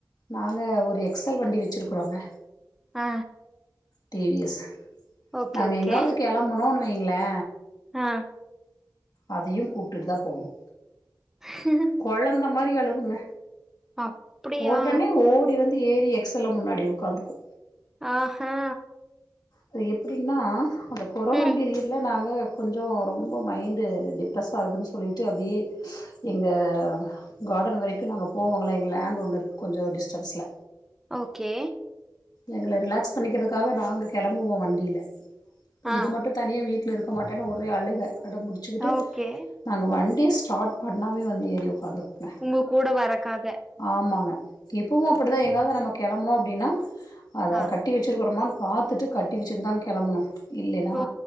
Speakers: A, on the left; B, in the centre.
A: நாங்க ஒரு எக்ஸ்ல் வண்டி வச்சிருக்குறோங்க
B: ஆ
A: டி வி எஸ்
B: ஓகே
A: நாங்க
B: ஓகே
A: எங்காவ்து கெளம்பனோனு வைங்களே
B: ஆ
A: அதையு கூப்டுட்டுதா போகணு
B: ஹ
A: கொழந்த மாரி அழுகுங்க
B: அப்டியா
A: ஒடனே ஓ டி வந்து ஏறி எக்ஸ் எல்ல முன்னாடி உக்காந்துக்கு
B: ஆஹா
A: அது எப்புடீனா அந்த கொரோனா
B: ம்
A: பீரியட்ல நாங்க கொஞ்சோ ரொம்ப மைண்டு டிப்ரெஸ் ஆவுதுனு சொல்லிட்டு அப்டி எங்க காடன் வெரைக்கு நாங்க போவோங்கள எங்க லேண்டு ஒண்ணு இருக்கு கொஞ்சோ டிஸ்டன்ஸ்ல
B: ஓகே
A: எங்கள ரிலாக்ஸ் பண்ணிக்கிறக்காக நாங்க கெளம்புவோ வண்டில அப்ப
B: ஆ
A: இது மட்டு தனியா வீட்ல இருக்க மாட்டேனு ஒரே அழுக அடம்புடிச்சுக்கிட்டு
B: ஓகே
A: நாங்க வண்டிய ஸ்டாட் பண்ணாவே வந்து ஏறி உக்காந்துக்குங்க
B: உங்கக் கூட வரக்காக
A: ஆமாங்க இப்பவு அப்பிடித்தா எங்காவ்து நம்ம கெளம்பணு அப்டினா அத
B: ஆ
A: கட்டி வெச்சிருக்கறோமான் பாத்துட்டு கட்டி வெச்சுட்டுதா கெளம்புனு இல்லெனா
B: ஓ